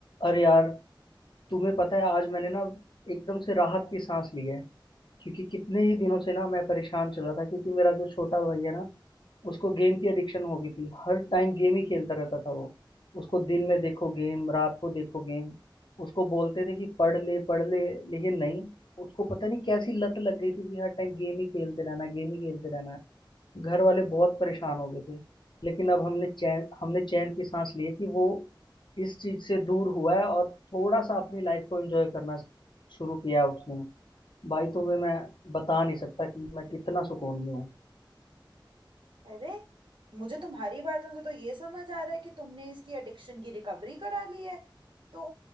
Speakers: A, on the left (about 70°); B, on the right (about 75°).
A: अरे यार तुम्हें पता है आज मैंने ना एकदम से राहत की सांस ली है क्योंकि कितने ही दिनों से ना मैं परेशान चल रहा था क्योंकि मेरा जो छोटा भाई है ना उसको गेम की एडिक्शन हो गई थी हर टाइम गेम ही खेलता रहता था वो उसको दिन में देखो गेम रात को देखो गेम उसको बोलते थे कि पढ़ ले पढ़ ले लेकिन नहीं उसको पता नहीं कैसी लत लग गई थी कि हर टाइम गेम ही खेलते रहना गेम ही खेलते रहना घर वाले बहुत परेशान हो गए थे लेकिन अब हमने चैन हमने चैन की सांस ली है कि वो इस चीज से दूर हुआ है और थोड़ा सा अपनी लाइफ को एंजॉय करना शुरू किया है उसने भाई तुम्हें मैं बता नहीं सकता कि मैं कितना सुकून में हूँ
B: अरे मुझे तुम्हारी बातों से तो ये समझ आ रहा है कि तुमने इसकी एडिक्शन की रिकवरी करा ली है तो